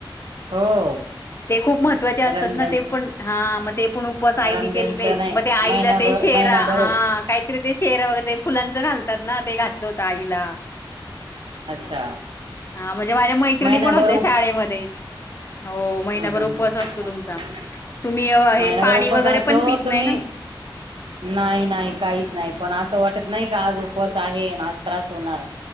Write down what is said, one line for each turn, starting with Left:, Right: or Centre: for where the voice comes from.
Right: हो.
Left: खूप महत्तवाचे असतात
Right: रमजान
Left: ना ते पण ह म ते पण उपवास आईने
Right: रमजानच
Left: केलेले
Right: नाही
Left: मग ते आईला
Right: महिनाभर
Left: ते शेरा
Right: महिनाभर
Left: हा काहीतरी ते शेरा वगैरे फुलांच घालं तात ना ते घातलं होत आई ला
Right: अच्छा
Left: हा म्हणजे माझ्या मैत्रिणी
Right: महिनाभर
Left: पण होते, शाळेमध्ये हो महिनाभर
Right: हम् हम्
Left: उपवास असतो
Right: ह
Left: तुमचा तुम्ही अ, हे
Right: महिनाभर
Left: पाणी
Right: उपवास
Left: वगैरे
Right: असतो
Left: पण पित
Right: तुम्ही
Left: नाही ना
Right: नाही नाही काहीच नाही पण असं वाट त नाही का आज उपवास आहे आज त्रास होणार.